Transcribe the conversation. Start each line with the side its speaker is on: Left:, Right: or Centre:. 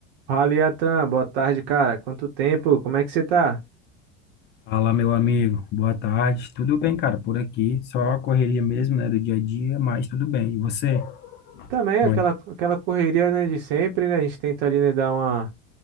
Right: Fala, Iatan. Boa tarde, cara. Quanto tempo? Como é que você tá?
Left: Fala, meu amigo. Boa tarde. Tudo bem, cara? Por aqui, só a correria mesmo, né, do dia a dia, mas tudo bem. E você?
Right: Também
Left: Como
Right: aquela,
Left: é?
Right: aquela correria, né, de sempre, né? A gente tenta ali, né, dar uma,